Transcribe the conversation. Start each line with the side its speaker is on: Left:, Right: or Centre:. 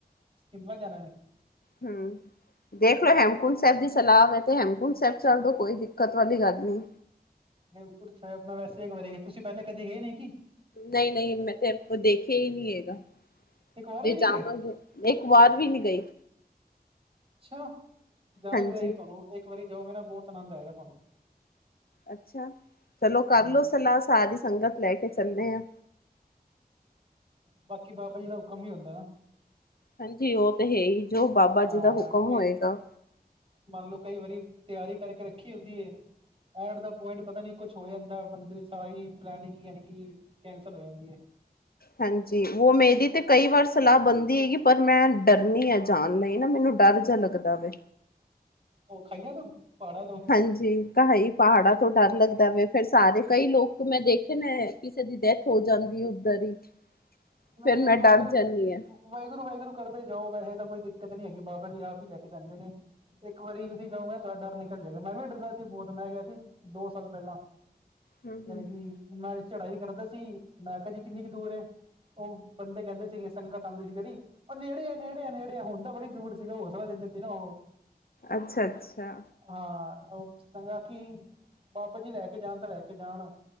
Right: ਸ਼ਿਮਲਾ ਜਾਣਾ ਨੇ।
Left: ਹੂੰ ਦੇਖ ਲੈ, ਹੇਮਕੁੰਟ ਸਾਹਿਬ ਦੀ ਸਲਾਹ ਵੇ ਤੇ, ਹੇਮਕੁੰਟ ਸਾਹਿਬ ਚੱਲ ਦੋ ਕੋਈ ਦਿੱਕਤ ਵਾਲੀ ਗੱਲ ਨਹੀਂ।
Right: ਹੇਮਕੁੰਟ ਸਾਹਿਬ ਵੈਸੇ ਇੱਕ ਵਾਰੀ। ਤੁਸੀਂ ਪਹਿਲੇ ਕਦੇ ਗਏ ਨੇ ਕੀ।
Left: ਨਹੀਂ-ਨਹੀਂ। ਮੈਂ ਤਾਂ ਹੇਮਕੁੰਟ ਦੇਖਿਆ ਹੀ ਨਹੀਂ ਹੈਗਾ।
Right: ਇੱਕ ਵਾਰ
Left: ਜੇ
Right: ਵੀ ਨਹੀਂ
Left: ਜਾਵਾਂਗੇ
Right: ਗਏ
Left: ਇੱਕ ਵਾਰ ਵੀ ਨੀ ਗਈ।
Right: ਅੱਛਾ। ਜਾਣਾ
Left: ਹਾਂਜੀ
Right: ਚਾਹੀਦਾ ਸੀ ਤੁਹਾਨੂੰ, ਇੱਕ ਵਾਰੀ ਜਾਓਗੇ ਨਾ ਬਹੁਤ ਆਨੰਦ ਆਏਗਾ ਤੁਹਾਨੂੰ।
Left: ਅੱਛਾ। ਚਲੋ ਕਰਲੋ
Right: ਹਾਂਜੀ
Left: ਸਲਾਹ ਸਾਰੀ ਸੰਗਤ ਲੈ ਕੇ ਚੱਲਦੇ ਆਂ।
Right: ਬਾਕੀ ਬਾਬਾ ਜੀ ਦਾ ਹੁਕਮ ਵੀ ਹੁੰਦਾ ਨਾ।
Left: ਹਾਂਜੀ। ਉਹ ਤੇ ਹੈ ਹੀ, ਜੋ ਬਾਬਾ ਜੀ
Right: ਹਾਂ
Left: ਦਾ ਹੁਕਮ
Right: ਕਈ
Left: ਹੋਏਗਾ।
Right: ਮੰਨ ਲਓ ਕਈ ਵਾਰੀ ਤਿਆਰੀ ਕਰਕੇ ਰੱਖੀ ਹੁੰਦੀਏ। ਐਟ ਦਾ ਪੁਆਇੰਟ ਪਤਾ ਨੀ ਕੁਛ ਹੋ ਜਾਂਦਾ। ਬੰਦੇ ਦੀ ਸਾਰੀ ਪਲੈਨਿੰਗ ਯਾਨੀ ਕੀ ਕੈਂਸਲ ਹੋ ਜਾਂਦੀ ਏ।
Left: ਹਾਂਜੀ। ਉਹ ਮੇਰੀ ਤੇ ਕਈ ਵਾਰ ਸਲਾਹ ਬਣਦੀ ਹੈਗੀ। ਪਰ ਮੈਂ ਡਰਨੀ ਹ ਜੀ। ਜਾਣ ਲਈ ਨਾ ਮੈਨੂੰ ਡਰ ਜਿਹਾ ਲੱਗਦਾ ਵੇ।
Right: ਉਹ ਖਾਈਆਂ ਤੋਂ ਪਹਾੜਾਂ ਤੋਂ।
Left: ਹਾਂਜੀ ਕਾਈ ਪਹਾੜਾਂ ਤੋਂ ਡਰ ਲੱਗਦਾ ਵੇ ਫਿਰ ਸਾਰੇ, ਕਈ ਲੋਕ ਮੈਂ ਦੇਖੇ ਨੇ ਕਿਸੇ ਦੀ ਡੈਥ ਹੋ ਜਾਂਦੀ ਉੱਧਰ ਹੀ।
Right: ਮਾਰੀ
Left: ਫੇਰ
Right: ਓ
Left: ਮੈਂ ਡਰ
Right: ਵਾਹਿਗੁਰੂ।
Left: ਜਾਂਦੀ ਹਾਂ
Right: ਵਾਹਿਗੁਰੂ- ਵਾਹਿਗੁਰੂ ਕਰਦੇ ਜਾਓ ਵੈਸੇ ਤਾਂ ਕੋਈ ਦਿੱਕਤ ਨੀ ਹੈਗੀ ਬਾਬਾ ਜੀ ਆਪ ਹੀ ਲੈ ਕੇ ਜਾਂਦੇ ਨੇ। ਇੱਕ ਵਾਰੀ ਤੁਸੀਂ ਜਾਓ ਨਾ ਤੁਹਾਡਾ ਡਰ ਨਿਕਲ ਜਾਏਗਾ। ਮੈਂ ਵੀ ਡਰਦਾ ਸੀ ਬਹੁਤ ਮੈਂ ਗਿਆ ਸੀ ਦੋ ਸਾਲ ਪਹਿਲਾਂ।
Left: ਹਮ
Right: ਯਾਨੀ
Left: ਹਮ
Right: ਕਿ ਮੈਂ ਚੜਾਈ ਕਰਦਾ ਸੀ ਮੈਂ ਕਿਹਾ ਜੀ ਕਿੰਨੀ ਕੁ ਦੂਰ ਹੈ। ਉਹ ਬੰਦੇ ਕਹਿੰਦੇ ਸੀਗੇ ਸੰਗਤ ਆਉਂਦੀ ਸੀ ਜਿਹੜੀ ਉਹ ਨੇੜੇ ਆ ਨੇੜੇ ਨੇੜੇ ਆ ਹੁੰਦਾ ਬੜੀ ਦੂਰ ਹੌਸਲਾ ਦਿੰਦੇ ਉਹ
Left: ਅੱਛਾ -ਅੱਛਾ।
Right: ਹਾਂ ਉਹ ਸੰਗਾ ਕੀ ਬਾਬਾ ਜੀ ਲੈ ਕੇ ਜਾਣ ਤੇ ਲੈ ਕੇ ਜਾਣ